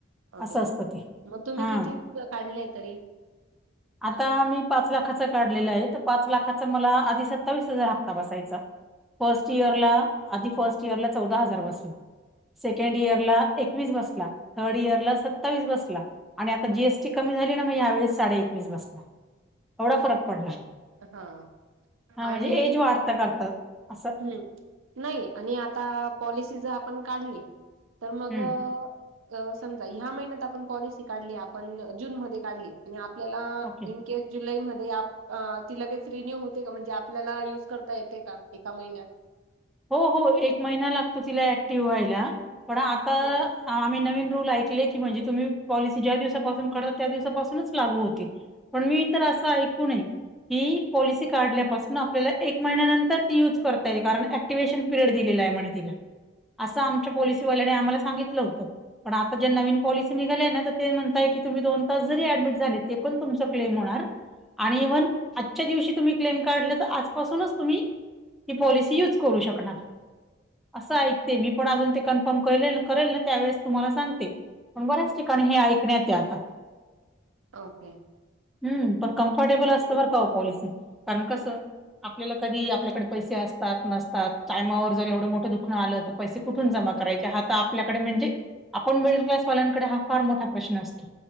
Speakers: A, on the right; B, in the centre.
A: ओके
B: असं असतं ते
A: मग तुम्ही
B: हा
A: किती काढलंय तरी?
B: आता
A: हम्म.
B: मी पाच लाखाचा काढलेलं आहे तर पाच लाखाचा मला आधी सत्तावीस हजार हक्ता बसायचा. फर्ट इयर ला आधी फर्स्ट इयर ला चौदा हजार बसला सेकंद इयर ला बसला थर्ड
A: हम्म.
B: इयरला सत्तावीस बसला आणि आता जीएसटी कमी झाली ना मग या वेळेस साडे एकवीस बसला. एवढा फरक पडला
A: हा
B: हा
A: आणि
B: म्हणजे एज वाढत करत असं
A: हम्म नाही आणि आता पॉलिसी जर आपण काढली तर मग
B: हम्म
A: अ समजा ह्या महिन्यात आपण पॉलिसी काढली आपण जून मध्ये काढली. आणि आपल्याला
B: ओके
A: इन केेस जुलैमध्येध्ये आप ती लगेच रिन्यू होते का म्हणजे आपल्याला युज करता येते का एका महिन्यात.
B: हो हो एक महिना लागतो तिला ऍक्टिव्ह व्हायला पण आता
A: हा
B: आम्ही नवीन रूल ऐक की म्हणजे तुम्ही पॉलिसी ज्या दिवसाप करता त्या दिवपासून लागू होते. पण मी तर असं ऐकून ये ही पॉलिसी काढल्यापासून आपल्याला एक महिन्यानंतर ती युज करता ये कारण ऍक्टि अँक्टिव्वेशन पिरियड दिले आहे म्हणे तिला असं आमच्या पॉलिसीवाल्याने आम्हाला सांगितलं होत. पण आता जे नवीन पॉलिसी निघालीय ना तर ते म्हणतय की तुम्ही दोन तास जरी ऍडमिट झाले ते पण तुमच क्लेम होणार. आणि इव्हन आजच्या दिवशी तुम्ही क्लेम काढले तर आजपासूनच तुम्ही ती पॉलिसी
A: हो
B: यूज करू शकणार असं ऐक ते मी पण अजून ते कन्फर्म कर करेल ना त्यावेेळेस तुम्हाला सांगते. पण बऱ्याच ठिकाणी हे ऐकण्यात हे आता.
A: ओके
B: हम्म पण कम्फर्टेबल
A: हो.
B: असत बर का पॉलिसी, कारण कस आपल्याला कधी आपल्याकडे पैसे असतात नस टाईमवर जर एवढं मोठं दुखण आलं तर पैसे कुठून जमा करायचे हा तर आपल्याकडे म्हणजे आपण मिडलक्लास वालांकडे हा फार मोठा प्रश्न असतो.